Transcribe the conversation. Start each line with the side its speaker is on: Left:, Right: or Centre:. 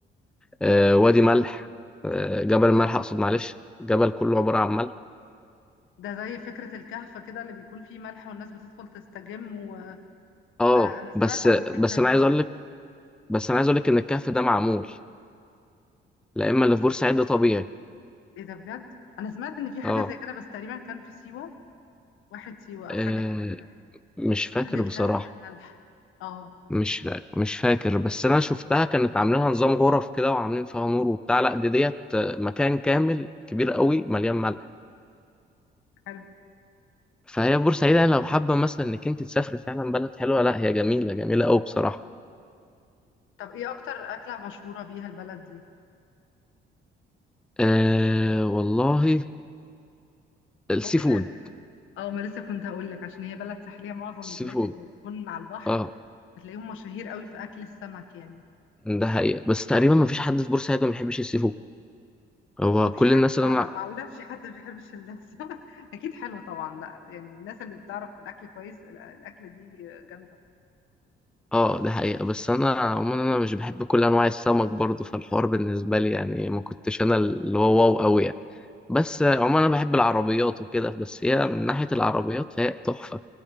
Centre: آه، وادي ملح آه، جبل ملح اقصد معلش الجبل كله عبارة عن ملح
Left: ده زي فكرة الكهف كده اللي بيكون فيه ملح والناس بتدخل تستجم وانا
Centre: اه
Left: انا أنا
Centre: بس
Left: سمعت عن الفكرة
Centre: بس
Left: دي
Centre: انا عايز
Left: في
Centre: اقول
Left: مكان
Centre: لك بس انا عايز اقول لك ان الكهف ده معمول لا اما اللي في بورسعيد ده طبيعي
Left: ايه ده بجد انا سمعت ان في حاجة
Centre: اه
Left: زي كده بس تقريبا كان في سيوة واحد سيوة
Centre: آه،
Left: حاجة زي كده
Centre: مش فاكر
Left: فكرة الكهف
Centre: بصراحة
Left: الملح اه
Centre: مش فا- مش فاكر بس انا شفتها كانت عاملينها نظام غرف كده وعاملين فيها نور وبتاع لا دي ديت آه، مكان كامل كبير قوي مليان ملح
Left: حلو
Centre: فهي بورسعيد يعني لو حابة مثلا انك انت تسافري فعلا بلد حلوة لا هي جميلة جميلة قوي بصراحة
Left: طب ايه اكتر اكلة مشهورة بيها البلد دي
Centre: أه والله السي
Left: ممكن
Centre: فود
Left: ال- اه ما لسه كنت هقول لك عشان هي بلد ساحلية معظم
Centre: السي
Left: البلاد
Centre: فود
Left: اللي بتكون على البحر
Centre: اه
Left: بتلاقيهم مشاهير قوي في اكل السمك يعني
Centre: ده حقيقة بس تقريبا ما فيش حد في بورسعيد ما بيحبش السي فود هو
Left: هو مفيش
Centre: كل
Left: حد
Centre: الناس اللي انا
Left: معقولة مفيش حد ما بيحبش اللسة <laughs> أكيد حلو طبعا لا يعني الناس اللي بتعرف في الأكل كويس الأ- الأكلة دي جامدة
Centre: اه ده حقيقة بس انا عموما انا مش بحب كل انواع السمك برضه فالحوار بالنسبة لي يعني ما كنتش انا اللي هو واو قوي يعني بس آه، عموما انا بحب العربيات وكده بس هي من ناحية العربيات هي تحفة